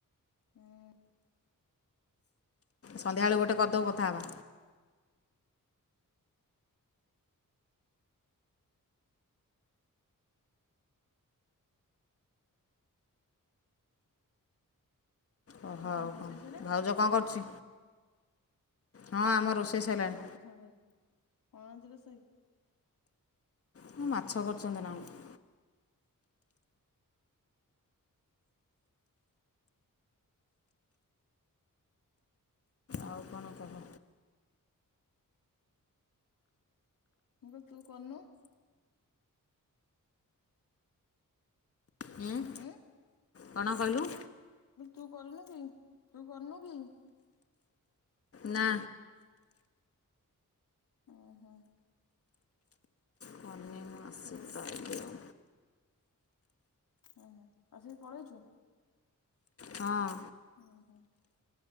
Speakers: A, on the left (about 75°); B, on the left (about 45°).
A: ହଁ।
B: ସନ୍ଧ୍ୟାବେଳକୁ ଗୋଟେ କରିଦବୁ କଥା ହବା। ଓ ହଉ
A: ଆଉ ତମ ରୋଷେଇ
B: କଣ
A: ସଇଲାଣି?
B: ଭାଉଜ କଣ କରୁଛି?
A: ଭାଉଛ
B: ହଁ ଆମ ରୋଷେଇ
A: ଇଏ
B: ସରିଲାଣି
A: ମୁଁ ଖାଉଥିଲି ସାଙ୍ଗ ହେଇ କଣ ଆଜି ରୋଷେଇ?
B: ମୁଁ ମାଛ କରୁଛନ୍ତି ନା କଣ। ଆଉ କଣ କହ?
A: ମୁ କହିଲି ତୁ କରନୁ।
B: ହମ୍
A: ଉଁ
B: କଣ କହିଲୁ?
A: ତୁ କରିନୁ କି ତୁ କରିନୁ କି?
B: ନା।
A: ଓ ହୋ।
B: କରିନି ମୁଁ ଆସିକି
A: ଉଁ
B: ତ ଆଇଲି ଆଉ।
A: ହୁଁ ହୁଁ ଆସିକି ପଳେଇଛୁ?
B: ହଁ।
A: ନା ହା